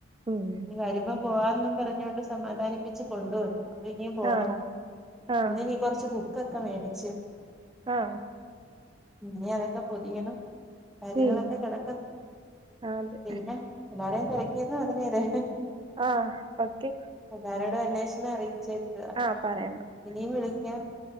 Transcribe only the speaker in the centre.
ഞ് വരുമ്പം പോവാന്നും പറഞ്ഞൊണ്ട് സമാധാനിപ്പിച്ച് കൊണ്ടുവന്നു അപ്പൊ ഇനിയും പോണം
ഇന്നലിം കുറച്ച് ബുക്കൊക്കെ മേടിച്
ഞ് അതെ ക്കെ പൊതിയണം കാര്യങ്ങളൊക്കെ
കിടക്കുന്നു
പിന്നെ എല്ലരെയും <unintelligible> എന്ന് പറഞ്ഞരെ
എല്ലാരോടും അന്വേഷണം അറിയിച്ചേക്ക
ഇനിയും വിളിക്കാം